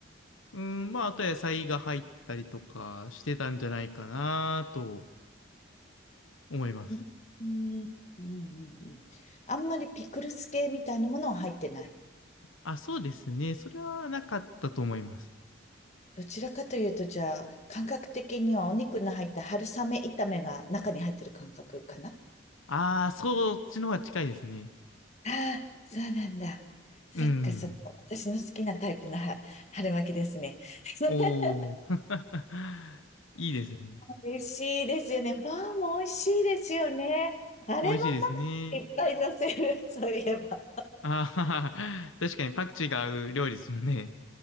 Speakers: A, on the left; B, on the left.
A: うん、まあ、あと野菜が入ったりとかしてたんじゃないかなと思います。
B: うん。うん。うん。うん。うんあんまりピクルス系みたいなものは入ってない。
A: あ、そうですね。それはなかったと思います。
B: どちらかというと、じゃあ、感覚的にはお肉の入った春雨炒めが中に入ってる感覚かな
A: ああ、そっちの方が近いですね。
B: ああ、そうなんだ。そっかそっか。
A: うん。
B: 私の好きなタイプのは春巻きですね。<laughs>
A: おー。<laughs> いいですね。
B: 美味しいですよね。パンも美味しいですよね。あれもパクチーいっぱい乗せる、
A: 美味しいですね。
B: そういえば。
A: あはは確かにパクチーが合う料理ですもんね。